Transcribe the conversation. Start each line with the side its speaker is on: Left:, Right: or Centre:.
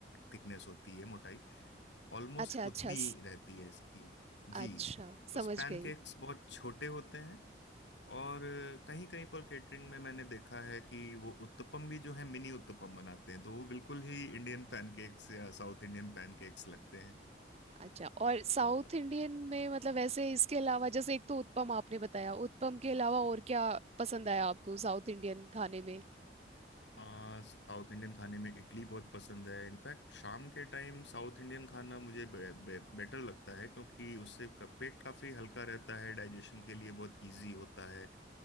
Left: थिकनेस होती है मोटाई ऑलमोस्ट
Right: अच्छा
Left: उतनी
Right: अच्छा
Left: ही
Right: स-
Left: रहती है इसकी जी
Right: अच्छा
Left: बस
Right: समझ
Left: पैनकेक्स
Right: गई
Left: बहुत छोटे होते हैं और कहीं कहीं पर केटरिंग में मैंने देखा है कि वो उत्तपम भी जो है मिनी उत्तपम बनाते हैं तो वो बिल्कुल ही इंडियन पैनकेक्स या साउथ इंडियन पैनकेक्स लगते हैं
Right: अच्छा और साउथ
Left: और
Right: इंडियन में मतलब ऐसे इसके अलावा जैसे एक तो उत्पम आपने बताया उत्पम के अलावा और क्या पसंद आया आपको साउथ इंडियन खाने में
Left: आ, साउथ इंडियन खाने में इडली बहुत पसंद है इनफैक्ट शाम के टाइम साउथ इंडियन खाना मुझे बे, बे, बेटर लगता है क्योंकि उससे का, पेट काफी हल्का रहता है डाइजेशन के लिए बहुत इजी होता है